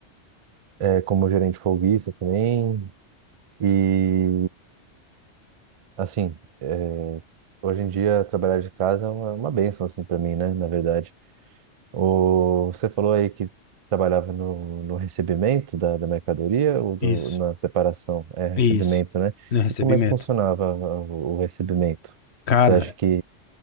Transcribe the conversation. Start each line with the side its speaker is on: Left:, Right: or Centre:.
Right: é, é, como gerente folguista também. E, assim, é, hoje em dia trabalhar de casa é uma, é uma bênção, assim, para mim, né? Na verdade. O, você falou aí que trabalhava no, no recebimento da, da mercadoria ou do,
Left: Isso,
Right: na separação? É recebimento,
Left: isso.
Right: né?
Left: No recebimento.
Right: E como é que funcionava o, o recebimento?
Left: Cara,
Right: Você acha que